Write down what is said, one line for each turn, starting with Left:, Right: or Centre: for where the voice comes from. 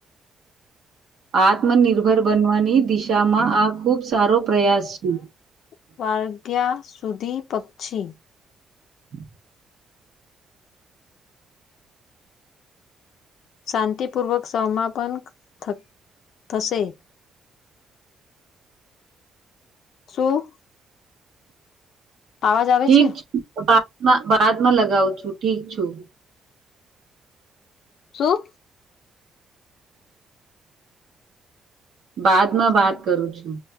Right: આત્મનિર્ભર બનવાની દિશામાં આ ખુબ સારો પ્રયાસ છે.
Left: <unintelligible> ત્યાં સુધી પક્ષી
Right: <inaudible>
Left: શાંતિપૂર્વક સમાપન થા થશે. શું? અવાજ આવે
Right: ઠીક
Left: છે
Right: <unintelligible> માં લગાવું છું ઠીક છું.
Left: શું?
Right: બાદમાં વાત કરું છું.